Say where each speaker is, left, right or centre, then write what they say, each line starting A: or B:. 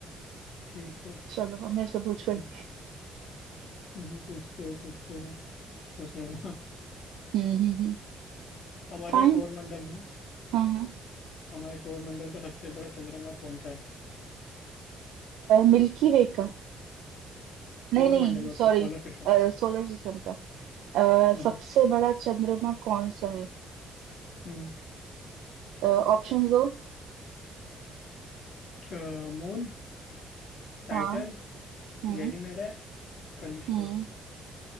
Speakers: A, on the left (about 65°); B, on the right (about 85°).
A: ठीक है
B: चलो अब मेरे से पूछो एक
A: हम्म, हम्म, पूछते हैं पूछते हैं सोचने दो
B: हम्म हम्म
A: <laughs> हमारे
B: फाइन
A: सौर मंडल में
B: हाँ हाँ
A: हमारे सौर मंडल का सबसे बड़ा चंद्रमा कौन सा है
B: मिल्की वे का
A: सौर
B: नहीं नहीं
A: मंडल मतलब
B: सॉरी
A: सोलर सिस्टम
B: सोलर सिस्टम का अ,
A: हम्म
B: सबसे बड़ा चंद्रमा कौन सा है
A: हम्म
B: ऑप्शन दो
A: च- मून टाइटन
B: हाँ हम्म
A: गैनीमेड है कलिस्टो
B: हम्म